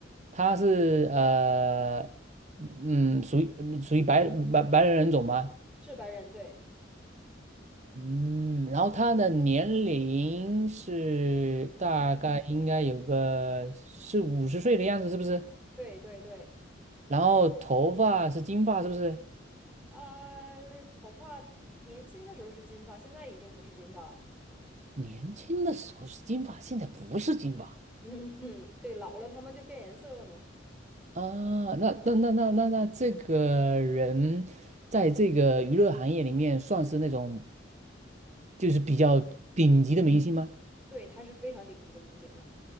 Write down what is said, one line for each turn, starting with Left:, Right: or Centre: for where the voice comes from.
Right: 他是呃，嗯，属于嗯属于白白白人人种吗？
Centre: 是白人，对，
Right: 嗯，然后他的年龄是大概应该有个是五十岁的样子，
Centre: 嗯
Right: 是不是？
Centre: 对对对，
Right: 然后头发是金发，是不是？
Centre: 啊，头发年轻的时候是金发，现在已经不是金发了。
Right: 年轻的时候是金发，现在不是金发
Centre: <laughs> 嗯哼，对，老了他们就变颜色了嘛。
Right: 啊。那那那那那那这个人在这个娱乐行业里面算是那种就是比较顶级的明星吗？
Centre: 我们对，他是非常顶级的明星了。